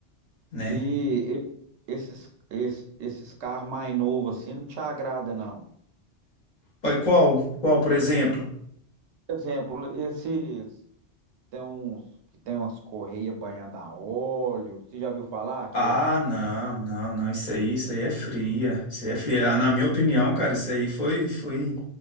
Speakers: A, on the left; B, on the right.
A: né?
B: E e- esses, esse- esses carros mais novos assim não te agrada, não.
A: Olha, Qual, qual, por exemplo?
B: Por exemplo, esses tem uns que tem umas correias banhadas a óleo. Você já viu falar que
A: Ah, não, não, não, isso aí, isso aí é fria, isso aí é fria. Ah, Na minha opinião, cara, isso aí foi, foi,